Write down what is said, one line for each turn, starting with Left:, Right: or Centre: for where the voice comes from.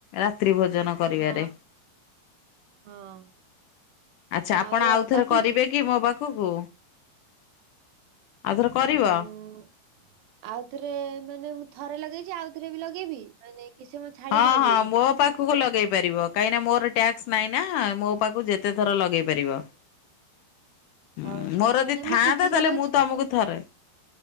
Left: ରାତ୍ରି ଭୋଜନ କରିବାରେ।
Right: ହଁ ହଁ।
Left: ଆଚ୍ଛା
Right: ହଉ
Left: ଆପଣ ଆଉ ଥରେ
Right: କାଟୁଚି।
Left: କରିବେ। କି ମୋ ପାଖକୁ ଆଉଥରେ କରିବ?
Right: ଆଉ ଆଉଥରେ ମାନେ ମୁଁ ଥରେ ଲଗେଇଛି ଆଉଥରେ ବି ଲଗେଇବି ମାନେ କିଛି ସମୟ ଛାଡିକି
Left: ହଁ
Right: ଲଗେଇବି।
Left: ହଁ ମୋ ପାଖକୁ ଲଗେଇ ପାରିବ କାହିଁକି ନା ମୋର ଟ୍ୟାକ୍ସ ନାଇଁ ନା ମୋ ପାଖକୁ ଯେତେ ଥର ଲଗେଇ
Right: ହୁଁ।
Left: ପାରିବ। ହୁଁ
Right: ହଉ
Left: ମୋର
Right: ମାନେ
Left: ଯଦି ଥାଆନ୍ତା
Right: ମୁଁ କିଛି
Left: ତାହେଲେ
Right: ସମୟ
Left: ମୁଁ
Right: ଛା
Left: ତମକୁ ଥରେ